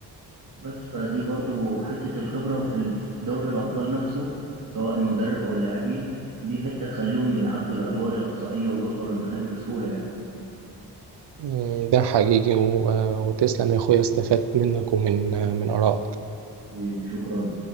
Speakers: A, on the right; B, on the right.
A: بس فدي برضو حتة الخبرة في ال- في دوري الأبطال نفسه سواء المدرب أو اللاعبين دي حتة تخليهم يعدوا الأدوار الإقصائية ويوصلوا للنهائي بسهولة يعني
B: مم، ده حقيقي و- وتسلم يا اخويا استفدت منك ومن آه، من ارائك
A: حبيبي شكرا